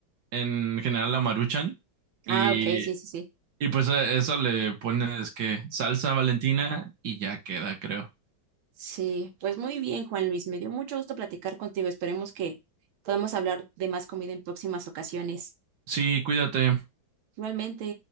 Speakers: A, on the right; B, on the right.
A: en general la Maruchan.
B: Ah,
A: Y,
B: ok, sí, sí, sí.
A: y pues a eso le pones que salsa Valentina y ya queda, creo.
B: Sí, pues muy bien, Juan Luis. Me dio mucho gusto platicar contigo. Esperemos que podamos hablar de más comida en próximas ocasiones.
A: Sí, cuídate.
B: Igualmente.